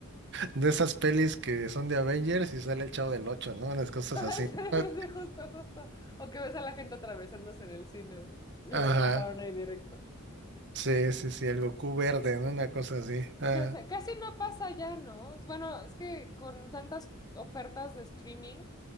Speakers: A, on the right (about 55°); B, on the left (about 20°).
A: De esas pelis que son de Avengers y sale el Chavo del ocho ¿no? Unas cosas
B: Ay,
A: así.
B: sí,
A: Ah,
B: sí, justo, justo. O que ves a la gente atravesándose en el cine. porque La
A: Ajá.
B: grabaron ahí directo.
A: Sí, sí, sí, el Goku verde, ¿no? Una cosa así. Ah,
B: Ya sé, casi no pasa ya, ¿no? Bueno, es que con tantas ofertas de streaming